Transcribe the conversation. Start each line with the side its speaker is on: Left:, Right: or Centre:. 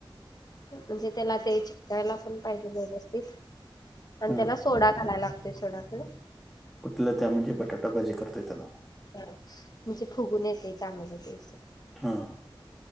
Left: म्हणजे त्याला ते चिकटायला पण पाहिजे व्यवस्थित. आणि
Centre: हा
Left: त्याला सोडा घालायला लागतोय सोडा खरं.
Centre: कुठल्या त्या म्हणजे बटाटा भजी करतोय त्याला?
Left: हां म्हणजे फुगून येतंय चांगलं ते असं.
Centre: हां